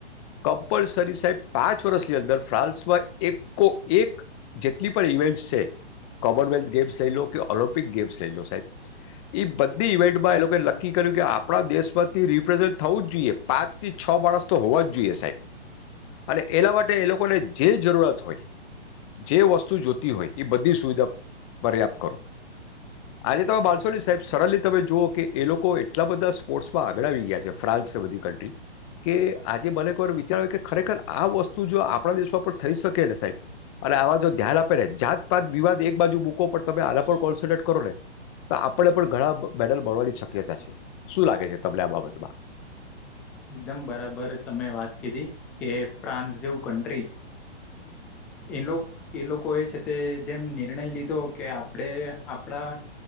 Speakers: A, on the left; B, in the centre.
A: કમ્પલસરી સાહેબ પાંચ વર્ષની અંદર ફ્રાસમાં એકો એક જેટલી ઇવેન્ટ્સ છે કોમનવેલ્થ ગેમ્સ લઈ લો કે ઓલિમ્પિક ગેમ્સ લઈ લો સાહેબ એ બધી ઇવેન્ટમાં એ લોકો નક્કી કર્યું કે આપણા દેશમાંથી રિપ્રેઝેન્ટ થવું જ જોઈએ પાંચ થી છ માણસ તો હોવા જ જોઈએ સાહેબ અને એલા માટે એ લોકોને જે જરૂરત હોય જે વસ્તુ જો જોતી હોય એ બધી સુવિધા પર્યાપ્ત કરો આજે તમે માનસો ની સાહેબ સડનલી તમે જુઓ કે એ લોકો એટલા બધા સ્પોર્ટ્સમાં આગળ આવી ગયા છે ફ્રાન્સ બધી કન્ટ્રી કે આજે મને એક વાર વિચાર આવ્યો કે ખરેખર આ વસ્તુ જો આપણા દેશ પર થઈ શકેને સાહેબ અને આવા જો ધ્યાન આપ જાત પાત વિવાદ એક બાજુ બૂકો તમે આને પણ કોન્સ્રેટ કરો ને તો આપણે પણ ઘણા મેડલ મળવાની શક્યતા છે શું લાગે છે તમને આ બાબતમાં.
B: એકદમ બરાબર તમે વાત કીધી કે ફ્રાન્સ જેવું કન્ટ્રી એ લોક એ લોકો એ છે તે જેમ નિર્ણય લીધો કે આપણે આપણા